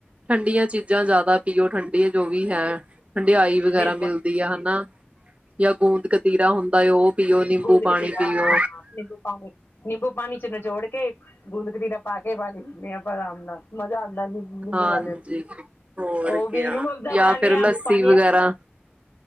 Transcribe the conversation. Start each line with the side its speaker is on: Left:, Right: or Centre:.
Right: ਠੰਡੀਆਂ ਚੀਜ਼ਾਂ ਜ਼ਿਆਦਾ ਪੀਓ ਠੰਡ ਇਹ ਜੋ ਵੀ ਹੈ। ਠੰਡਿਆਈ ਵਗੈਰਾ
Left: ਬਿਲਕੁਲ
Right: ਮਿਲਦੀ ਆ ਹਨਾ, ਯਾਂ ਗੂੰਦ ਕਤੀਰਾ ਹੁੰਦਾ ਹੈ, ਉਹ ਪੀਓ, ਨਿੰਬੂ
Left: ਗੂੰਦ
Right: ਪਾਣੀ
Left: ਕਤੀਰਾ
Right: ਪੀਓ।
Left: ਹਾਂ ਨਿੰਬੂ ਪਾਣੀ ਨਿੰਬੂ ਪਾਣੀ ਚ ਨਚੋੜ ਕੇ ਗੂੰਦ ਕਦੀਰਾ ਪਾ ਕੇ, ਪਾ ਦਿੰਦੇ ਹਾਂ ਆਰਾਮ ਨਾਲ, ਮਜ਼ਾ ਆ ਨਿੰਬੂ
Right: ਹਾਂਜੀ।
Left: ਵਾਲੇ ਨੂੰ।
Right: ਹੋਰ
Left: ਉਹ ਵੀ
Right: ਕਿਆ।
Left: ਰੂਅਫਜਾ
Right: ਜਾਂ
Left: ਬਣਾਂਨੇ
Right: ਫਿਰ
Left: ਆਂ
Right: ਲੱਸੀ
Left: ਪਾ
Right: ਵਗੈਰਾ